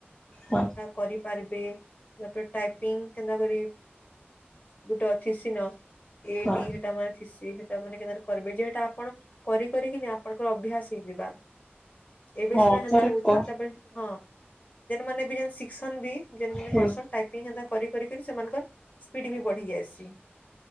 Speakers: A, on the left; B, on the left.
A: ହଁ
B: କରିପାରିବେ ତାପରେ ଟାଇପିଙ୍ଗନ୍ତା କରି ଗୋଟେ ଅଛି ସିନ। ଏ
A: ହଁ
B: ଡି ସେଟା ମାନ ଖସି ସେଟା ମାନ କେ କର୍ବେ ଯେ। ଟା ଆପଣ କରି କରିକିନି ଆପଣଙ୍କର ଅଭ୍ୟାସ ହେଇଯିବା। ଏବେ
A: ହଁ
B: ସିନା ହେନ୍ତା
A: ଥରେ
B: ହଉଛନ୍
A: କ
B: ତାପରେ ହଁ ଯେନ୍ ମାନେ ବି ଏ ଶିଖ ଶୁନ ବି। ଯେନ୍ ମାନେ
A: ହୁଁ
B: କରସନ୍, ଟାଇପିଙ୍ଗ ହେନ୍ତା କରି କରି କରି ସେମାନଙ୍କର ସ୍ପିଡ ବି ବଢ଼ି ଯାଇସି।